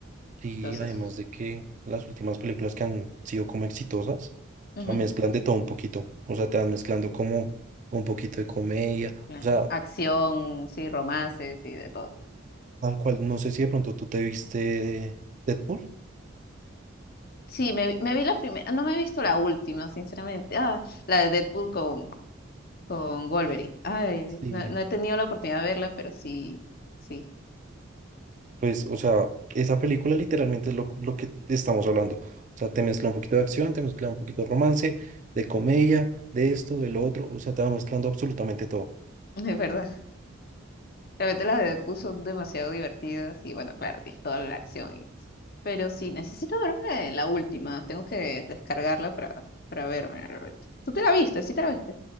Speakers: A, on the right; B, on the left.
A: Y
B: Entonces,
A: además de que las últimas películas que han sido como exitosas,
B: ujú,
A: o sea, mezclan de todo un poquito. O sea, te van mezclando como un poquito de comedia.
B: eh,
A: O sea,
B: acción, sí, romances y de todo.
A: tal cual, no sé si de pronto tú te viste Deadpool.
B: Sí, me, vi me vi la primera, no me he visto la última, sinceramente. Ah, la de Deadpool con, con Wolverine. Ay,
A: Sí.
B: no, no he tenido la oportunidad de verla, pero sí, sí,
A: Pues, o sea, esa película literalmente es lo, lo que estamos hablando. O sea, te mezcla un poquito de acción, te mezcla un poquito de romance, de comedia, de esto, de lo otro. O sea, te va mezclando absolutamente todo.
B: <laughs> es verdad. Realmente las de Deadpool son demasiado divertidas y bueno, claro, es toda la acción y eso. Pero sí, necesito verme la última, tengo que descargarla para, para verme realmente. ¿Tú te la viste? ¿Sí te la viste?